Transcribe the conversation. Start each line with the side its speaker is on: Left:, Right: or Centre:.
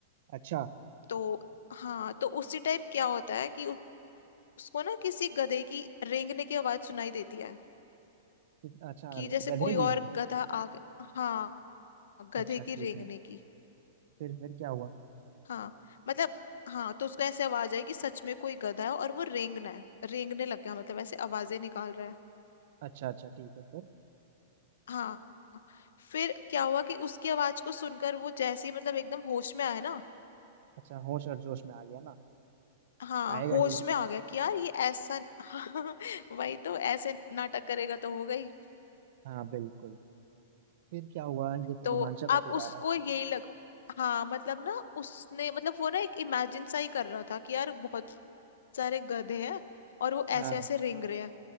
Right: अच्छा
Left: तो हाँ तो उसी टाइम क्या होता है कि उ- उसको ना किसी गधे की रेंगने की आवाज सुनाई देती है
Right: तो- अच्छा
Left: कि जैसे
Right: गधे
Left: कोई
Right: गिरेंगे
Left: और गधा आ गया हाँ गधे
Right: अच्छा
Left: की
Right: ठीक
Left: रेंगने
Right: है
Left: की
Right: फिर फिर क्या हुआ
Left: हाँ मतलब हाँ तो उसका ऐसे आवाज है कि सच में कोई गधा है और वो रेंगना है रेंगने लग गया मतलब ऐसे आवाजें निकाल रहा है
Right: अच्छा अच्छा ठीक है फिर
Left: हाँ फिर क्या हुआ कि उसकी आवाज को सुनकर वो जैसे ही मतलब एकदम होश में आया ना
Right: अच्छा होश और जोश में आ गया ना
Left: हाँ
Right: आएगा
Left: होश
Right: ही
Left: में आ गया कि यार ये ऐसा <laughs> हाँ, वही तो ऐसे नाटक करेगा तो हो गई
Right: हाँ बिल्कुल फिर क्या हुआ ये तो
Left: तो
Right: रोमांचक
Left: अब
Right: होते जा
Left: उसको
Right: रहा
Left: यही लगा हाँ मतलब ना उसने मतलब वो ना एक इमेजिन सा ही कर रहा था कि यार बहुत सारे गधे हैं और वो
Right: है
Left: ऐसे
Right: हाँ
Left: ऐसे रेंग रहे हैं